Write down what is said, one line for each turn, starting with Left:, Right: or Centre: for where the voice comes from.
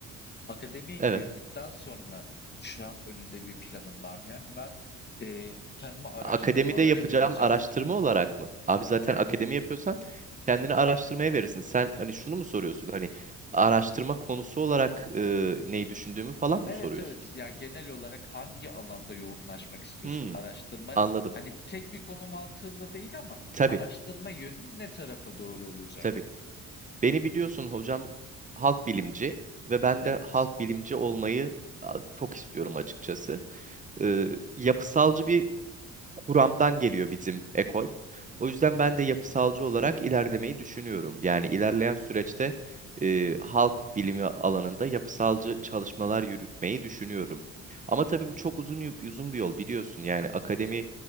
Left: akademiye
Right: Evet.
Left: girdikten sonra şu an önünde bir planın var mı? Yani ben e, kendimi araştırmalara
Right: Akademide yapacağım
Left: vereceğim.
Right: araştırma olarak mı? Abi zaten
Left: Evet
Right: akademi yapıyorsan kendini araştırmaya verirsin. Sen hani şunu mu soruyorsun? Hani araştırma konusu olarak e, neyi düşündüğümü falan mı
Left: Evet,
Right: soruyorsun?
Left: evet. Yani genel olarak hangi alanda yoğunlaşmak istiyorsun?
Right: Hmm,
Left: Araştırma
Right: anladım.
Left: hani tek bir konu mantığında değil ama
Right: Tabii,
Left: araştırma yönün ne tarafa doğru olacak?
Right: tabii. Beni biliyorsun hocam halk bilimci ve ben
Left: Evet.
Right: de halk bilimci olmayı a, çok istiyorum açıkçası. E, yapısalcı bir kuramdan geliyor bizim ekol. O yüzden
Left: Hı hı.
Right: ben de yapısalcı olarak
Left: Hı.
Right: ilerlemeyi düşünüyorum. Yani ilerleyen süreçte e, halk bilimi alanında yapısalcı çalışmalar yürütmeyi düşünüyorum. Ama tabii bu çok uzun y- uzun bir yol biliyorsun. Yani akademi